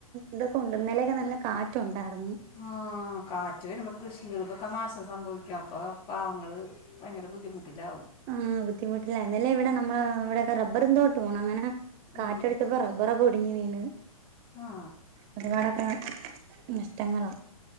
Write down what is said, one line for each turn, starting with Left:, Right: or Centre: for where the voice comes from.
Right: ഇതൊക്കോണ്ട് ഇന്നലൊക്കെ നല്ല കാറ്റോണ്ടാർന്ന്
Left: ആഹ് കാറ്റ് വരുമ്പോ കൃഷികൾക്കൊക്കെ നാശം സംഭവിക്കും അപ്പോ പാവങ്ങള് പയങ്കര ബുദ്ധിമുട്ടിലാവും
Right: ആഹ് ബുദ്ധിമുട്ടില്ല ഇന്നലെ ഇവടെ നമ്മള് ഇവടെക്കെ റബറും തോട്ടവാണ് അങ്ങനെ
Left: ഉം
Right: കാറ്റടിച്ചപ്പോ റബ്ബറൊക്കെ ഒടിഞ്ഞ് വീണ്
Left: ആ
Right: ഒരുപാടൊക്കെ നഷ്ടങ്ങളാ